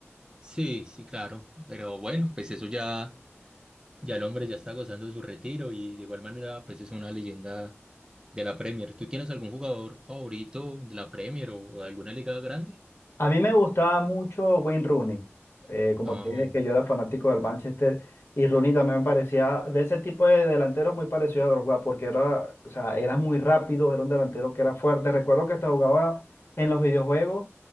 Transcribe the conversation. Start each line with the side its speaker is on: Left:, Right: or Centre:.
Right: Sí, sí, claro. Pero bueno, pues eso ya, ya el hombre ya está gozando de su retiro y de igual manera, pues es una leyenda de la Premier. ¿Tú tienes algún jugador favorito de la Premier o, o alguna liga grande?
Left: A mí me gustaba mucho Wayne Rooney, eh, como
Right: Ah,
Left: te dije que yo era fanático del Manchester y Rooney también me parecía de ese tipo de delanteros muy parecido a Drogba porque era, o sea, era muy rápido, era un delantero que era fuerte. Recuerdo que hasta jugaba en los videojuegos